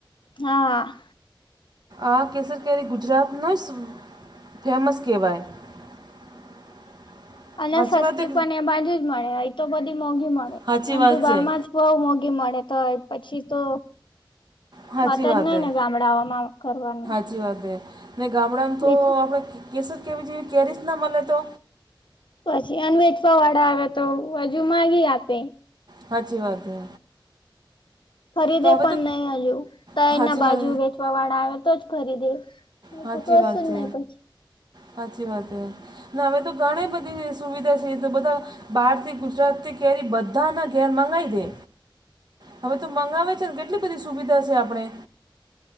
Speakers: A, on the left; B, on the right.
A: હા
B: આ કેસર કે્યારે ગુજરાતનો જ ફેમસ કહેવાય <inaudible>
A: અને સસ્તી
B: વાત હે
A: પણ એ બાજુ જ મળે અ તો બધી મોંઘી મળે
B: સાચી
A: ના
B: વાત
A: તો બાર
B: છે
A: માં જ બ મોઘી મળે તો પછી તો
B: સાચી
A: વાત જ નઈ
B: હે
A: ને ગામડાઓમાં કરવાનું,
B: સાચી વાત હે ગામડામાં તો
A: વેચી
B: આપણે કેસર કેવી જેવી કેરીજ ના મળે તો,
A: પછી અન વેચવા વાળા આવે તો હજુ માગી આપે,
B: હાચી વાત હે,
A: ખરીદે
B: તો હવે
A: પણ
B: તો
A: નહી હજુ તા
B: હાચી
A: એના
B: વાત
A: બાજુ વેચવા વાળા આવે તો જ ખરીદે <unintelligible>
B: હાચી
A: કસુ
B: વાત
A: જ
B: છે
A: નઈ પછી
B: હાચી વાત હે ના હવે તો ઘણી બધી સુવિધા છે તો બધા બહારથી ગુજરાતથી કેરી બધાના ઘેર મગાવીદે હવે તો મંગાવે છે ને કેટલી બધી સુવિધા છે આપણે